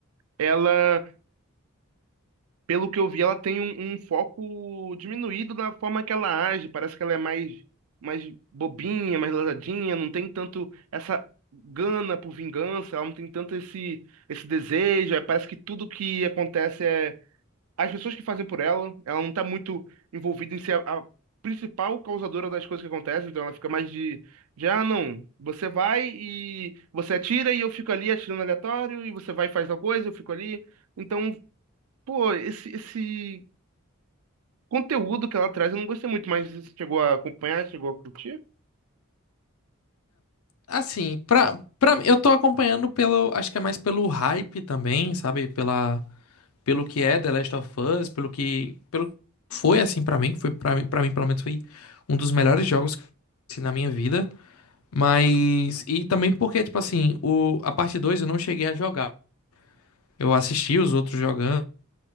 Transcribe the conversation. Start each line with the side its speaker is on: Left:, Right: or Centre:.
Right: Ela pelo que eu vi, ela tem um, um foco diminuído na forma que ela age. Parece que ela é mais, mais bobinha, mais lesadinha, não tem tanto essa gana por vingança, ela não tem tanto esse, esse desejo. Aí parece que tudo que acontece é as pessoas que fazem por ela. Ela não tá muito envolvida em ser a, a principal causadora das coisas que acontecem, então ela fica mais de, de, ah, não, você vai e você atira e eu fico ali atirando aleatório, e você vai e faz tal coisa, eu fico ali. Então Pô, esse, esse conteúdo que ela traz eu não gostei muito, mas você chegou a acompanhar, chegou a curtir?
Left: Assim, pra, pra, mim, eu tô acompanhando pelo. Acho que é mais pelo hype também, sabe? Pela, pelo que é The Last of Us, pelo que. Pelo que foi assim pra mim, que foi pra mim, pra mim, pelo menos, foi um dos melhores jogos que eu conheci na minha vida. Mas. E também porque, tipo assim, o, a parte 2 eu não cheguei a jogar. Eu assisti os outros jogando.